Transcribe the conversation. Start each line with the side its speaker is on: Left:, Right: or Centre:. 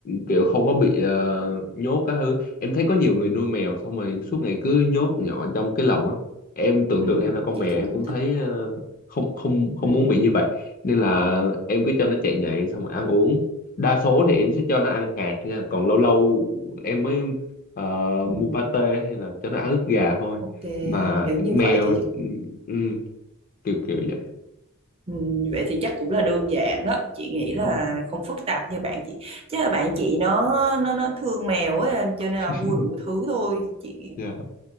Left: kiểu không có bị ờ, nhốt các thứ em thấy có nhiều người nuôi mèo xong rồi suốt ngày cứ nhốt nhỏ trong cái lồng á em tưởng
Right: Ừ.
Left: tượng em là con
Right: Chị
Left: mèo
Right: cũng
Left: em
Right: không
Left: cũng
Right: thích.
Left: thấy ờ, không không không
Right: Ừ.
Left: muốn bị như vậy nên là em cứ cho nó chạy nhảy xong rồi ăn uống đa số thì
Right: Ừ.
Left: em sẽ cho nó ăn hạt nha còn lâu lâu em mới ờ,
Right: Ừ.
Left: mua pate hay là cho nó ăn ức gà thôi
Right: Ok,
Left: mà
Right: nếu như
Left: mèo
Right: vậy thì chắc
Left: ừ,
Right: cũng-
Left: ừ, kiểu kiểu vậy
Right: ừ. Vậy thì chắc cũng là đơn giản đó. Chị nghĩ là
Left: Ừ.
Right: không phức tạp như bạn chị. Chứ là bạn chị nó nó nó thương mèo ấy cho nên
Left: <laughs>
Right: là mua đủ thứ thôi. Chị
Left: dạ